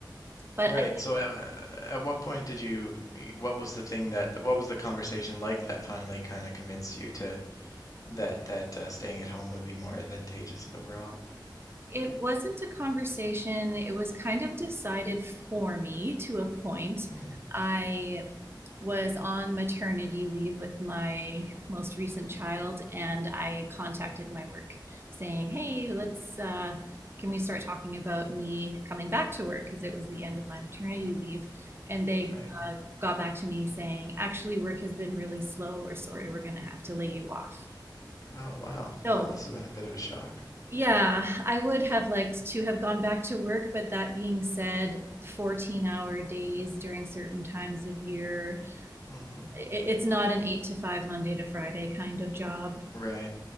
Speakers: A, on the right; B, on the left.
A: But
B: Right.
A: I think
B: So, uh, at what point did you? What was the thing that? What was the conversation like that finally kind of convinced you to that that uh, staying at home would be more advantageous overall?
A: it wasn't a conversation. It was kind of decided for me to a point.
B: Mm,
A: I was on maternity leave with my most recent child, and I contacted my work saying, "Hey, let's uh, can we start talking about me coming back to work because it was the end of my maternity leave," and they
B: right.
A: uh, got back to me saying, "Actually, work has been really slow. Or sorry, we're going to have to lay you off."
B: Oh, wow.
A: So.
B: That must have been a bit of a shock.
A: Yeah, I would have liked to have gone back to work, but that being said, 14 hour days during certain times of year
B: hmm
A: it's not an eight to five Monday to Friday kind of job.
B: Right.